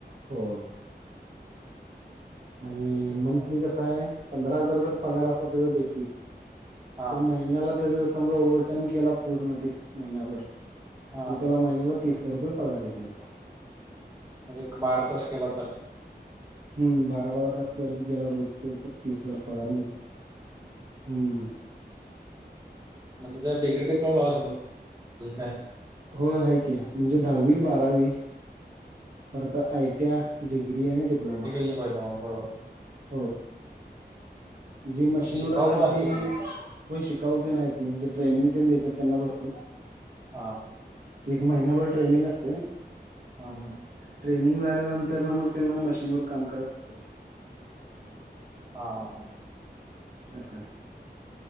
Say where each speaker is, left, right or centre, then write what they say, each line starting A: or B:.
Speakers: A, on the right (about 55°); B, on the right (about 20°).
A: होय आणि
B: अच्छा.
A: मंथली कस आहे पंधरा हजार जर पगार असला त्याचा बेसिक
B: हा
A: तर महि त्याला तेज समजा ओव्हर टाईम केला पुर्ण ते महिनाभर
B: हा
A: तर त्याला महिनाभर तीस रुपये पगार येतय.
B: म्हणजे एक बारा तास केला तर
A: हम्म बारा बारा तास करत गेला रोजच तर तीस हजार पगार मिळतोय हम्म
B: म्हणजे त्याचा डिग्री डिप्लोमा लाव <inaudible>
A: हो आहेक आहे म्हणजे दहावी, बारावी परत आय टी या, डिग्री आणि डिप्लोमा
B: <inaudible> परवा
A: हो जे मशीनवर
B: आणि शिकाऊ
A: असतात
B: पण असतील
A: ते
B: की
A: शिकाऊ आहीत की, म्हणजे ट्रेनिंग देतात त्यांना भरपूर
B: हा
A: एक महिनाभर ट्रेनिंग असतय.
B: हा हा
A: ट्रेनिंग झाल्यानंतर ना मग त्यांना मशीनवर काम करायला लागतं.
B: हा हा हा
A: असं हाय.